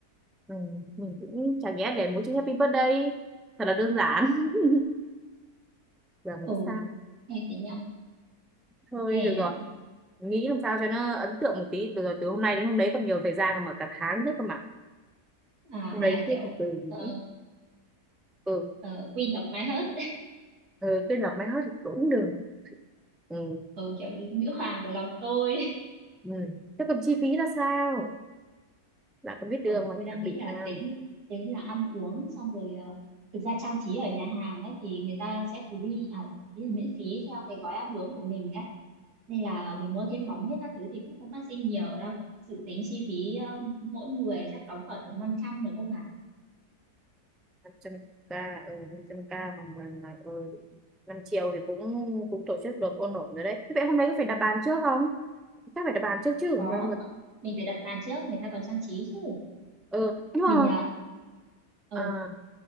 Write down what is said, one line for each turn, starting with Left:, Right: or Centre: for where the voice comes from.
Centre: ừ, mình cũng chả nhẽ để mỗi chữ happy birthday thật là đơn giản <laughs> giờ
Right: ồ
Centre: nghĩ sao
Right: ừ. thế nhỉ
Centre: thôi
Right: hay
Centre: được rồi
Right: à,
Centre: nghĩ làm sao cho nó ấn tượng một tí được rồi từ hôm nay đến hôm đấy còn nhiều thời gian mà cả tháng nữa cơ mà
Right: à,
Centre: hôm
Right: hay
Centre: nay
Right: là
Centre: cứ
Right: kiểu
Centre: từ từ mình
Right: ờ,
Centre: nghĩ ừ,
Right: ờ, Queen of my heart
Centre: ừ tôi làm máy hết thì cũng được ừ.
Right: ừ, kiểu nữ hoàng của lòng tôi
Centre: ừ. thế còn chi phí là sao lại còn biết đường
Right: Ờ,
Centre: mà
Right: tôi đang
Centre: đặc biệt
Right: nghĩ là
Centre: nào
Right: tính tính là ăn uống xong rồi ờ, thực ra trang trí ở nhà hàng ấy thì người ta sẽ free à, ý là miễn phí theo cái gói ăn uống của mình ấy nên là mình mua thêm bóng biết các thứ thì cũng không phát sinh nhiều đâu dự tính chi phí ờ, mỗi người chắc đóng khoảng tầm 500 được không mà
Centre: 500k ừ, 500k bằng bằng là ừ, 5 triệu thì cũng cũng tổ chức được ôn ổn rồi đấy thế vậy hôm nay có phải đặt bàn trước không chắc phải đặt bàn trước chứ
Right: có
Centre: mới mà
Right: mình phải đặt bàn trước người ta còn trang trí chứ
Centre: ừ nhưng mà
Right: mình ờ ừ
Centre: à,